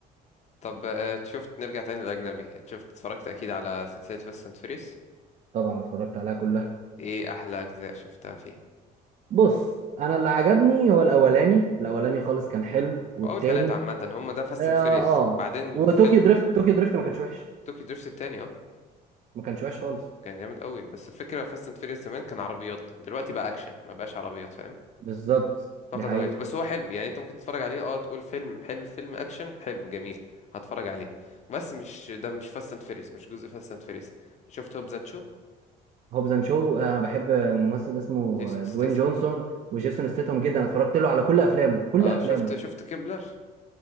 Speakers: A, on the left; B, on the right.
A: طب آه، شفت نرجع تاني للاجنبي شفت اتفرجت اكيد على سلسلة فاست اند فيريس
B: طبعا اتفرجت عليها كلها
A: ايه احلى اجزاء شفتها فيه
B: بص انا اللي عجبني هو الاولاني الاولاني خالص كان حلو والتاني
A: واول ثلاثة عامة هم ده فاست
B: اه
A: اند فيريس
B: آه.
A: بعدين
B: وطوكيو
A: فيلم
B: دريفت طوكيو دريفت ما كانش وحش
A: توكي دريفت التاني اه
B: ما كانش وحش خالص
A: كان جامد قوي بس الفكره فاست اند فيريس زمان كان عربيات دلوقتي بقى اكشن ما بقاش عربيات فاهم
B: بالظبط
A: فقد
B: دي حقيقة
A: هويته بس هو حلو يعني انت ممكن تتفرج عليه اه تقول فيلم حلو فيلم اكشن حلو جميل هتفرج عليه بس مش ده مش فاست اند فيريس مش جزء فاست اند فيريس شفت هوبز اند شو
B: هوبز اند شو انا بحب ممثل اسمه
A: جيسون ستاثام
B: دوين جونسون وجيسون ستيتهم جدا أنا اتفرجت له على كل افلامه كل
A: اه
B: افلامه
A: شفت شفت كيبلر